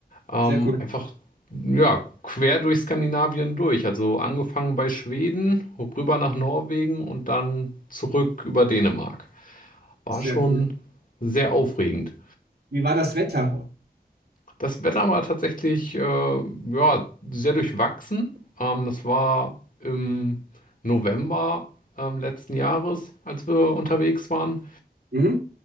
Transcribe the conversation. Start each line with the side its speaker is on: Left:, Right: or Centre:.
Left: Ähm,
Right: Sehr cool,
Left: einfach, ja, quer durch Skandinavien durch. Also angefangen bei Schweden, rüber nach Norwegen und dann zurück über Dänemark. War
Right: sehr
Left: schon
Right: cool.
Left: sehr aufregend.
Right: Wie war das Wetter?
Left: Das Wetter war tatsächlich äh, ja, sehr durchwachsen. Ähm, das war im November ähm, letzten Jahres, als wir unterwegs waren.
Right: Mhm.